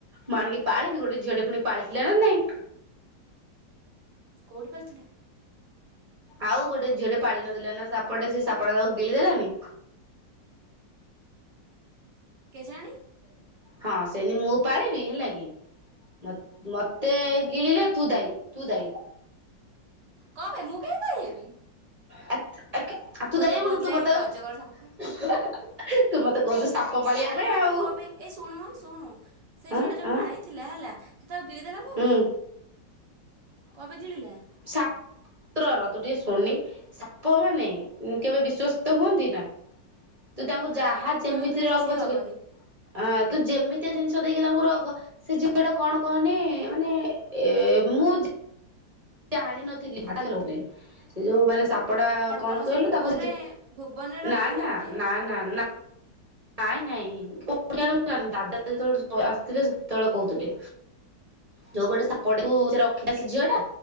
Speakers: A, on the right (about 20°); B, on the right (about 70°).
A: ମୁଁ ଆଣିକି ପାଳିବି ଗୋଟେ ଝିଅଟେ ପୁଣି ପାଳିଥିଲା ନା ନାଇଁ।
B: କୋଉଠି ପାଳିଥିଲେ?
A: ଆଉ ଗୋଟେ ଝିଅଟେ ପାଳି ନଥିଲା ନା ସାପଟେ ସେ ସାପଟା ତାକୁ ଗିଳି ଦେଲାନି।
B: କେଜାଣି
A: ହଁ ସେନ୍ତି ମୁଁ ପାଳିବି ହେଲା କି ମ ମୋ ମୋତେ
B: ହଁ
A: ଗିଳିଲେ ତୁ ଦାଇ ତୁ ଦାଇ।
B: କଣବେ ମୁଁ କାଇଁ ଦାଇ ହେବି?
A: ଆ
B: ମୁଁ
A: ତୁ ଦାୟୀ
B: ତତେ
A: ହବୁନୁ
B: କହୁଥିଲି
A: ତୁ ମତେ
B: ଆଣିକି ଅଜଗର ସାପ ପାଳି
A: ତୁ ମତେ କହୁଛୁ ସାପ ପାଳିବା
B: ଆଲୋ
A: ପାଇଁ
B: ଆଲୋ
A: ଆଉ
B: କଣ ପାଇଁ ଏ ଶୁଣୁ ଶୁଣୁ ସେ
A: ଆଁ
B: ଝିଅଟା ଯୋଉ
A: ଆଁ
B: ପାଳି ଥିଲା ହେଲା ସେ ତାକୁ ଗିଳିଦେଲା କଣ
A: ହୁଁ
B: ପାଇଁ କଣ ପାଇଁ ଗିଳିଲା?
A: ସାପ୍ରର ତୁ ଟିକେ ଶୁଣୁନି। ସାପ ମାନେ କେବେ ବିଶ୍ଵସ୍ଥ ହୁଅନ୍ତି ନା? ତୁ ତାଙ୍କୁ
B: ନା
A: ଯାହା
B: କୁକୁର
A: ଯେମିତି
B: କିନ୍ତୁ ହବ
A: ରଖ
B: ସିଏ
A: ପଛକେ
B: ହବନି
A: ଆ ତୁ ଯେମିତିଆ ଜିନିଷ ଦେଇକି ତାଙ୍କୁ ରଖ ସେ ଝିଅଟା କଣ କହନି ମାନେ ଏ ମୁଁ ଆଣିନଥିଲି ର ସେ ଯୋଉ ମାନେ ସା ପଟା କଣ
B: ତମ
A: କହିଲୁ
B: ସେ ଭୁବନରେ
A: ତାକୁ
B: ଭୁବନରେ ରଖିଥିଲା
A: ନା ନା
B: ଗୋଟେ
A: ନା ନା ନା। ନାଇଁ ନାଇଁ କୋ ଜ ଦାଦା ଯେତେବେଳେ ଆସିଥିଲେ ସେତେବେଳେ କହୁଥିଲେ। ଯୋଉ ଗୋଟେ
B: ହୁଁ
A: ସାପଟାକୁ ରଖିଥିଲା ସେ ଝିଅ ଟା